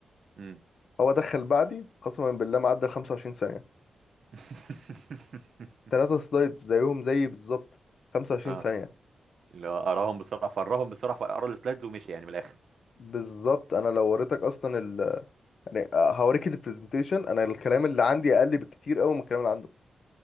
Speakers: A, on the right; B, on the left.
A: امم
B: هو دخل بعدي قسما بالله معدى ال 25 ثانيه
A: <laughs>
B: ثلاثه سلايدز زيهم زيي بالظبط 25
A: اه
B: ثانيه
A: اللي هو اراهم بسرعه فراهم بسرعه فقرا السلايدز ومشي يعني من الاخر
B: بالظبط انا لو وريتك اصلا ال... يعني هوريك البرزنتيشن انا الكلام اللي عندي اقل بكتير قوي من الكلام اللي عنده